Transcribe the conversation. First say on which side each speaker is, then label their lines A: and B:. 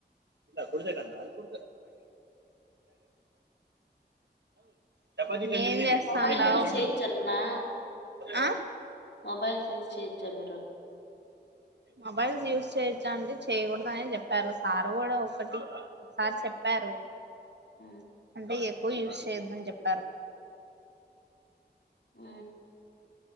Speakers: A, on the right; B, on the left.
A: ఇలా కుడుతే అ కు చపా ఏం చేస్తావుండావ్
B: మొబైల్ యూజ్ చేయొచ్చంటనా
A: ఆ
B: మొబైల్స్ యూస్ చేయచ్చా మీరు
A: మొబైల్స్ యూజ్ చేయచ్చా అంటే చేయకూడదనే చెప్పారు సారు కూడా ఒకటి ఒకసారి చెప్పా రు
B: ఉమ్మ్
A: అంటే ఎక్కువ యూజ్ చేయొద్దని చెప్పారు
B: ఆ